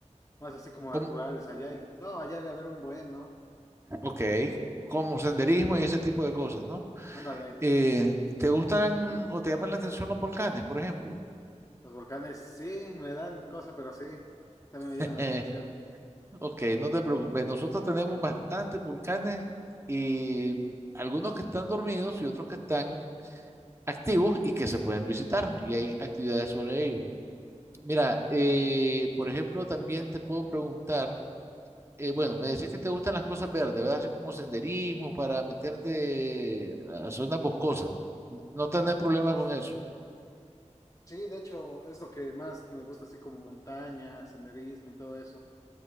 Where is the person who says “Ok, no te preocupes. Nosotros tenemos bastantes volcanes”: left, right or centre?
Right